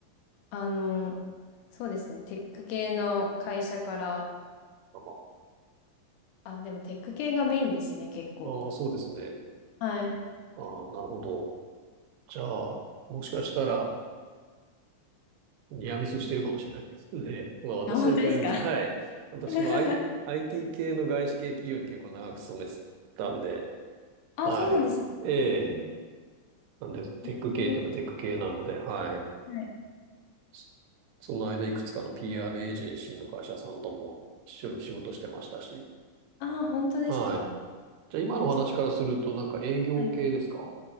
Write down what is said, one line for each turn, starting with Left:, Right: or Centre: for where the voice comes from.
Left: あの、そうですね、テック系の会社から、
Right: まあ、
Left: あ、でもテック系がメインですね、結構。
Right: あー、そうですね。
Left: はい。
Right: ああ、なるほど。じゃあ、もしかしたら、いや、ミスしてるかもしれないですね。<laughs> まあ私だけあれですけど、
Left: あ、本当ですか
Right: はい。私も、
Left: <laughs>
Right: I、IT 系の外資系企業に結構長く勤めてたんで、
Left: あ、
Right: はい。
Left: そうなんです
Right: ええ。なんで、テック系って言えばテック系なので、
Left: ね。え
Right: はい。
Left: ー、はい。
Right: そその間、いくつかの PR エージェンシーの会社さんとも一緒に仕事してましたし、
Left: あー、本当ですか。
Right: はい。じゃあ今のお話からすると、
Left: そしたら
Right: なんか営業系ですか
Left: はい。